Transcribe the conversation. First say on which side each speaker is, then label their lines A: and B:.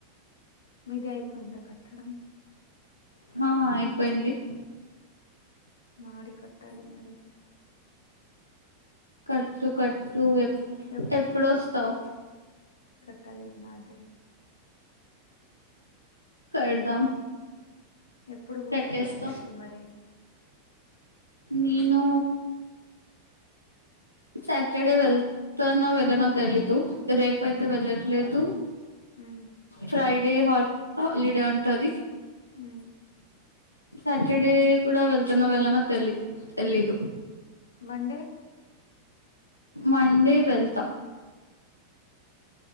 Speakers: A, on the left (about 70°); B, on the left (about 85°).
A: మీది అయిపోయింద కట్టడం
B: హా అయిపోయింది
A: మాడి కట్టాలి మరి
B: కట్టు కట్టు ఏప్
A: ఎప్
B: ఎప్పుడు వస్తవు
A: కట్టలీ మాది
B: కడదాం
A: ఎప్పుడు పోతావు
B: కట్టేస్తా
A: కాలేజ్ కి మరి
B: నేను సాటర్డే వెళ్తాను వెళ్ళనో తెలీదు ఇగ రేప్ అయితే
A: ఉమ్
B: వెళ్ళట్లేదు
A: ఉమ్
B: ఫ్రైడే హాల్ హాలిడే ఉంటది
A: ఉమ్
B: సాటర్డే కూడ వెళ్తనో వెళ్ళనో తెల్లి తెలిదు
A: మండే
B: మండే వెళ్తా